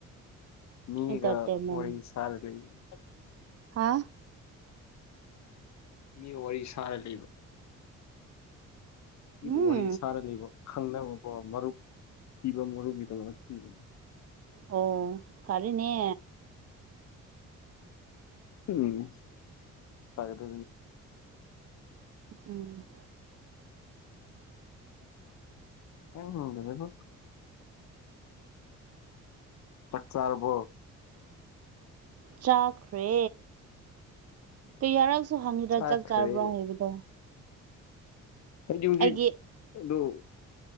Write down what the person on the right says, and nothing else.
ꯏꯟꯇꯔꯇꯦꯟꯃꯦꯟ
ꯍꯥ
ꯎꯝ
ꯑꯣ ꯐꯔꯅꯦ
ꯎꯝ
ꯆꯥꯈ꯭ꯔꯦ ꯀ ꯌꯥꯔꯛꯁꯨ ꯍꯪꯉꯤꯗ꯭ꯔꯥ
ꯆꯥꯛ ꯆꯥꯔꯕ꯭ꯔꯣ ꯍꯥꯏꯕꯗꯣ
ꯑꯩꯒꯤ